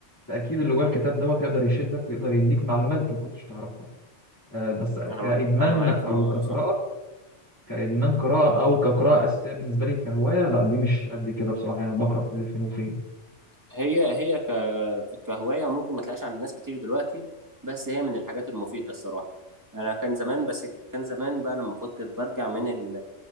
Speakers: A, on the left (about 15°); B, on the right (about 15°).
A: فاكيد اللي جوه الكتاب دوت هيقدر يشدك ويقدر يديك معلومات انت ما كنتش تعرفها آه، بس كادمان
B: أنا مع... أنا معاك
A: او
B: في الموضوع
A: كقراءه
B: ده صح
A: كادمان قراءه او كقراءه اساسيه بالنسبه لي كهوايه لا دي مش قد كده بصراحه يعني بقرا كل فين وفين
B: هي هي ك... كهواية ممكن ما تلاقيش عند ناس كتير دلوقتي بس هي من الحاجات المفيدة الصراحة أنا كان زمان بس كان زمان بقى لما كنت برجع من